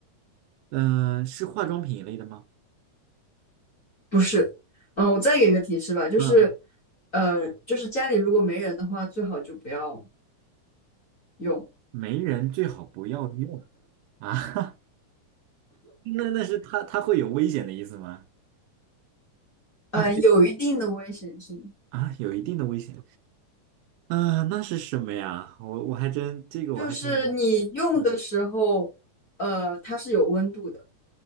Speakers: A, on the right; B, on the left.
A: 嗯、呃是化妆品一类的吗？
B: 不是，嗯，我再给一个提示吧，就是，
A: 嗯嗯，
B: 呃，就是家里如果没人的话，最好就不要用，
A: 没人最好不要用啊。<laughs> 那那是它它会有危险的意思吗？
B: 呃，
A: 它会
B: 有一定的危险性，
A: 啊，有一定的危险啊、那是什么呀？我我还真这个我还真没
B: 就是你用的时候，
A: 嗯，
B: 呃，它是有温度的，